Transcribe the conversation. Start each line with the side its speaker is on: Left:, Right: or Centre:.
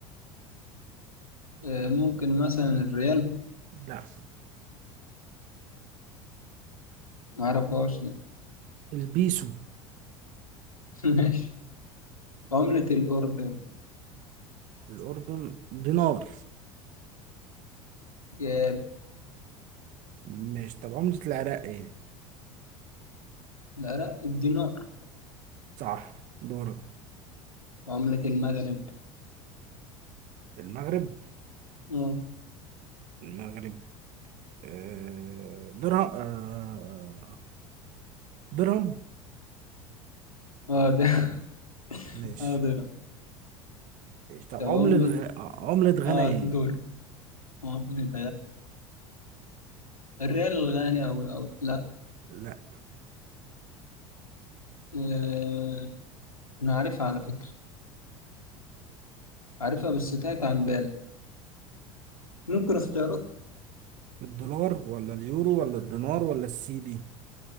Left: آه ممكن مثلا الريال
Right: لا
Left: معرفهاش <laughs> لا.
Right: البيسو
Left: ماشي عملة الأردن
Right: الأردن دينار
Left: جاب
Right: ماشي طب عملة العراق ايه؟
Left: لا لا الدينار
Right: صح دورك
Left: عملة المغرب
Right: المغرب
Left: اه
Right: المغرب آه درهم آه درهم
Left: اه ده <laughs>
Right: ماشي
Left: اه ده
Right: طب
Left: طب
Right: عملة
Left: عملة
Right: غ... عملة غانا
Left: اه
Right: ايه؟
Left: دور عملة الريال الغاني أو أو لا
Right: لا
Left: آه، أنا عارفها على فكرة عارفها بس تاهت عن بالي ممكن اختيارات
Right: الدولار ولا اليورو ولا الدينار ولا السي دي